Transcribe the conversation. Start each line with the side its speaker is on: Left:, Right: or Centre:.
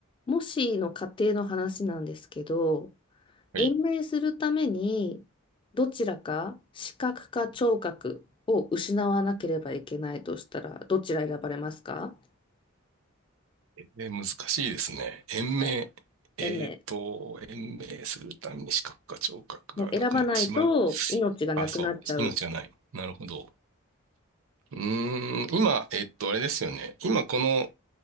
Left: もしの仮定の話なんですけど、
Right: はい。
Left: 延命するためにどちらか視覚か聴覚を失わなければいけないとしたら、どちら選ばれますか
Right: えー難しいですね。延命。
Left: はい。
Right: えっと、
Left: 延命。
Right: 延命するために視覚か聴覚がなくなってしまう。
Left: もう選ばないと命がなくなっちゃう。
Right: あ、そう。命がない。なるほど。うーん、今、えっと、あれですよね。今この